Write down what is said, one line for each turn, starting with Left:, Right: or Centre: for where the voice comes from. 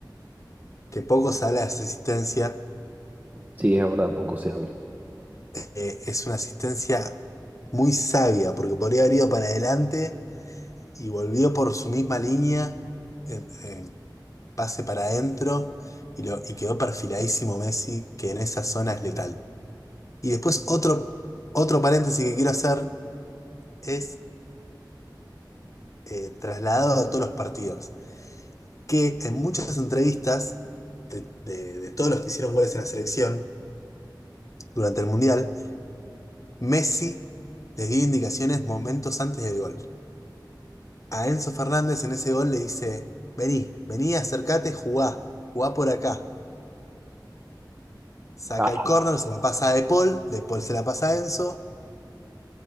Left: Que poco sale la asistencia,
Right: sí, es verdad, poco se habla.
Left: eh, es una asistencia muy sabia, porque podría haber ido para adelante y volvió por su misma línea, en, en pase para adentro, y, lo- y quedó perfiladísimo Messi, que en esa zona es letal. Y después otro, otro paréntesis que quiero hacer es eh, trasladado a todos los partidos. que en muchas entrevistas de, de- de todos los que hicieron goles en la selección durante el Mundial, Messi les dio indicaciones momentos antes del gol. A Enzo Fernández en ese gol le dice, vení, vení, acercate, jugá, jugá por acá. Saca
Right: Ah,
Left: el córner, se la pasa a De Paul, De Paul se la pasa a Enzo,